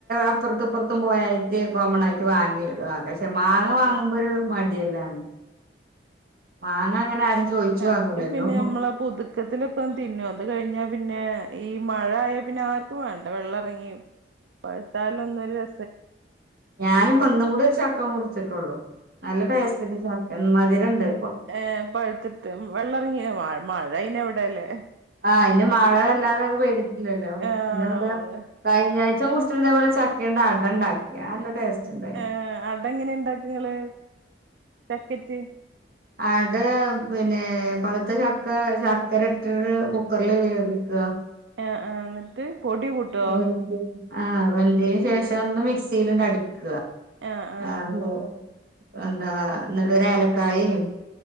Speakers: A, on the right; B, on the right.
A: അപ്പറ്ത്തും ഇപ്പറ്ത്തും പോയായിട്ട് കോമൺ ആയിട്ട് വാങ്ങി <unintelligible> മാങ്ങ
B: ആഹ്
A: വാങ്ങുമ്പൊരു മടിയല്ലാണ്. മാങ്ങ അങ്ങനെ ചോയിച്ചു
B: ചക്ക
A: വാങ്ങൂലല്ലോ
B: പിന്നെ നമ്മള് ആ പുതുക്കത്തിലൊക്കെ തിന്നു. അത് കഴിഞ്ഞാ പിന്നെ ഈ മഴ ആയ പിന്നെ ആർക്കും വേണ്ട വെള്ളം എറങ്ങി പഴുത്താലൊന്നും ഒരു ര
A: ഞാനിപ്പം ഇന്നും കൂടി ചക്ക മുറിച്ചിട്ടാ ള്ളു. നല്ല ടേസ്റ്റല്ല ചക്കറ എമ്മതിരണ്ട്.
B: ഏ പഴുത്തിട്ട്. വെള്ളറങ്ങിയന മഴ അയിന് എവിടേല്ലേ
A: ആഹ് അയ്ന് മഴ വല്ലാതെ പെയ്തിട്ടില്ലല്ലോ.
B: ആഹ്
A: പിന്നെ ഇവിടെ.
B: മഴ
A: കയിഞ്ഞാഴ്ച്ച മുറിച്ചിട്ട് ഇതേപോലെ ചക്കണ്ട അടണ്ടാക്കി അത്‌ നല്ല ടേസ്റ്റ് ഉണ്ട്
B: ഏഹ് അട എങ്ങനെ ഇണ്ടാക്ക ഇങ്ങള് ചക്കേറ്റ്
A: അടെ പിന്നെ പഴുത്തെ ചക്ക ശർക്കര ഇട്ടിട്ട് കുക്കറിൽ വേവിക്ക
B: ആഹ് ആഹ് പൊടി കൂട്ടോ
A: വേവിക്കും ആഹ് വെന്തിന് ശേഷം ഒന്ന് മിക്സിൽണ്ട് അടിക്ക
B: ആഹ് ആഹ്
A: ആഹ് എന്താ ഇന്നിട്ട് ഒര് ഏലക്കായെം